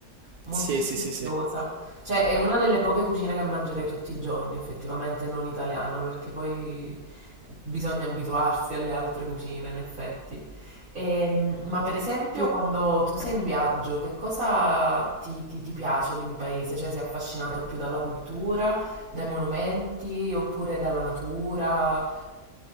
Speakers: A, on the right; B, on the right.
A: molto
B: Sì,
A: sfiziosa.
B: sì, sì, sì.
A: Cioè, è una delle poche cucine che mangerei tutti i giorni, effettivamente, non italiana, perché poi bisogna abituarsi alle altre cucine, in effetti. Ehm, ma per esempio,
B: Tu
A: quando tu sei in viaggio, che cosa ti, ti ti piace di un paese? Cioè, sei affascinato più dalla cultura? Dai monumenti oppure dalla natura?